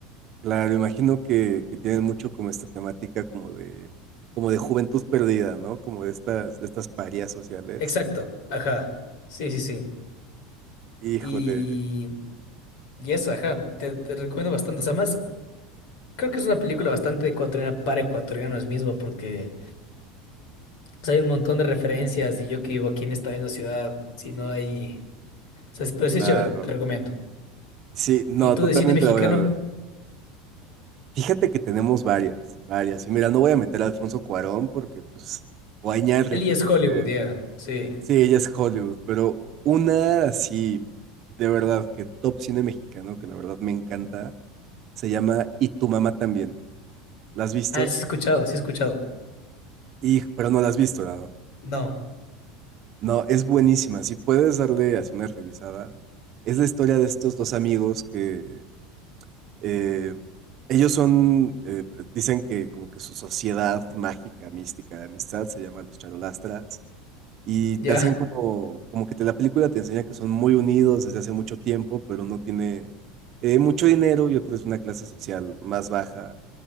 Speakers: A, on the right; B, on the left.
A: Claro, imagino que, que tienen mucho como esta temática como de, como de juventud perdida, ¿no? Como de estas, de estas parias sociales.
B: Exacto, ajá, sí, sí, sí.
A: Híjole,
B: Y, y esa, ajá, te, te recomiendo bastante. O sea, más, creo que es una película bastante ecuatoriana para ecuatorianos mismo, porque o sea, hay un montón de referencias y yo que vivo aquí en esta misma ciudad, si no hay... O sea, pero
A: claro.
B: sí es chévere, te recomiendo.
A: Sí, no,
B: ¿Y tú
A: totalmente
B: de cine mexicano?
A: la voy a ver. Fíjate que tenemos varias, varias. Y mira, no voy a meter a Alfonso Cuarón porque, pues, o a Iñárritu
B: Eli es
A: porque,
B: Hollywood, ya. Sí.
A: sí, ella es Hollywood, pero una así, de verdad, que top cine mexicano, que la verdad me encanta, se llama Y tu mamá también. ¿La has visto?
B: Ah, sí he escuchado, sí he escuchado.
A: Y, pero no la has visto, ¿no?
B: No,
A: No, es buenísima. Si puedes darle así una revisada, es la historia de estos dos amigos que eh, ellos son, eh, dicen que como que su sociedad mágica, mística, de amistad se llama los charolastras y
B: ya.
A: te hacen como, como que te, la película te enseña que son muy unidos desde hace mucho tiempo, pero uno tiene eh, mucho dinero y otro es de una clase social más baja.